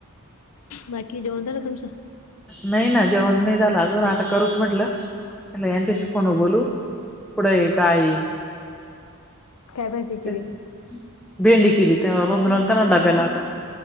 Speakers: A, on the left; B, in the centre.
A: बाकी जेवण झालं तुमचं?
B: नाही ना, जेवण नाही झालं अजून आता करूचं म्हटलं. म्हणलं यांच्याशी फोनवर बोलू कुड ये काय
A: काय भाजी केली
B: तेच--भेंडी केली तर दना. <unintelligible> त्यांना डब्याला आता,